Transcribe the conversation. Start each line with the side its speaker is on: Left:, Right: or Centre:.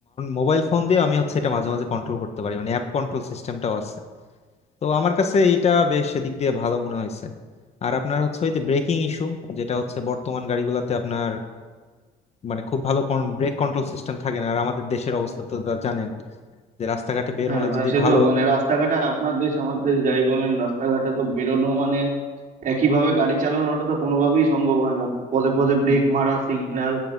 Left: মোবাইল ফোন দিয়ে আমি হচ্ছে এটা মাঝে মাঝে কন্ট্রোল করতে পারি মানে অ্যাপ কন্ট্রোল সিস্টেমটাও আছে তো আমার কাছে এইটা বেশ সেদিক দিয়ে ভালো মনে হয়েছে আর আপনার হচ্ছে ওই যে ব্রেকিং ইস্যু যেটা হচ্ছে বর্তমান গাড়িগুলোতে আপনার মানে খুব ভালো ব্রেক কন্ট্রোল সিস্টেম থাকে না আর আমাদের দেশের অবস্থা তো তা জানেন যে রাস্তাঘাটে বের
Right: হ্যাঁ
Left: হলে
Right: মানে
Left: যদি
Right: সে
Left: ভালো
Right: তো মানে রাস্তাঘাটে আপনার দেশ আমার দেশ যাই বলেন রাস্তাঘাটে তো বেরোনো মানে একইভাবে গাড়ি চালানোটা তো কোনোভাবেই সম্ভব হয় না পদে পদে ব্রেক মারা সিগন্যাল